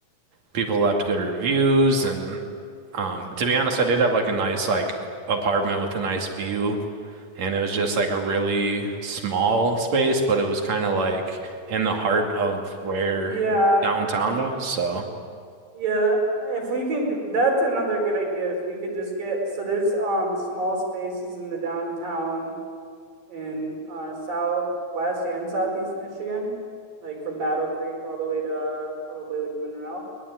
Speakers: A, on the right; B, on the right.
A: people left good reviews. And um, to be honest, I did have like a nice like apartment with a nice view, and it was just like a really small space, but it was kind of like in the heart of where
B: Yeah,
A: downtown was. So,
B: Yeah, if we can, do- that's another good idea is we could just get, so there's um small spaces in the downtown in uh southwest and southeast Michigan, like from Battle Creek all the way to probably like Monroe,